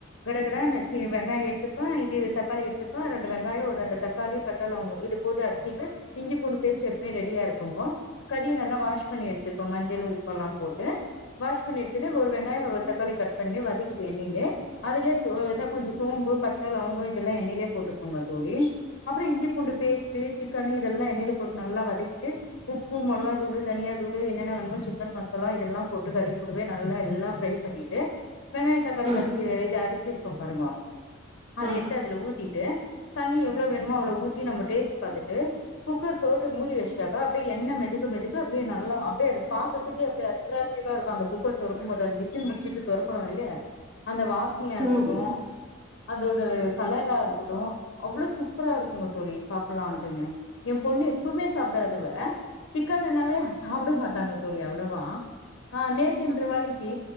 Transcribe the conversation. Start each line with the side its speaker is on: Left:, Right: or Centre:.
Left: கடகடன்னு வச்சி வெங்காயம் எத்துப்பேன் இது தக்காளி எடுத்துப்பேன் ரெண்டு வெங்காயம் ஒரு ரெண்டு தக்காளி பட்ட லவங்கோம் இது போட்டு அடிச்சிட்டு இஞ்சி பூண்டு பேஸ்ட் எப்பவுமே ரெடியா இருக்குங்கோ கறிய நல்லா வாஷ் பண்ணி எடுத்து க்கோங்க மஞ்சளு உப்பெல்லாம் போட்டு வாஷ் பண்ணி எடுத்துன்டு ஒரு வெங்காயம் ஒரு தக்காளி கட் பண்ணி வதக்கிட்டு எண்ணையிலே அதுலயே சோ எதா கொஞ்சோம் சோம்பு பட்ட லவங்கம் இதெல்லாம் எண்ணையிலே போட்டுக்கோங்க தோழி அப்புறம் இஞ்சி பூண்டு பேஸ்ட்டு சிக்கனு இதெல்லாம் எண்ணெய்யில போட்டு நல்லா வதக்கிட்டு உப்பு மொளகாதூளு தனியாதூள் வந்து என்னென்ன வேணுமோ சிக்கன் மசாலா இதெல்லாம் போட்டு கறி கூடவ நல்லா எல்லா ஃப்ரை பண்ணிட்டு வெங்காய தக்காளி
Right: ம்
Left: வதக்கி இது அரச்சுருப்போ பாருங்கோ அத
Right: ம்
Left: எடுத்து அதுல ஊத் திட்டு தண்ணி எவ்ளோ வேணுமோ அவ்ளோ ஊத்தி நம்ம டேஸ்ட் பாத்துட்டு குக்கர் போட்டு மூடி வச்சட்டாக்க அப்டியே எண்ணெ மெதக்க மெதக்க அப்டியே நல்லா அப்டியே அத பாக்றதுக்கெ அப்டியே அட்ர்ராடிவா இருக்கும் அந்த குக்கர் தொறக்கும்போது அந்த விசில் முடிச்சுட்டு தொறக்றொ இல்லைய அந்த வாஸ்னயா இருக்கட்டு
Right: ம்
Left: அதோட கலரா இருக்கட்டு அவ்ளோ சூப்பரா இருக்குங்க தோழி சாப்ட்லான்ட்டுன்னு என் பொண்ணு எப்பவுமே சாப்பிடாதவ சிக்கன் ன்னாவே சாப்ட மா ட்டாங்க தோழி அவ்ளோவா ஆ நேத்துன்ற வேலிக்கி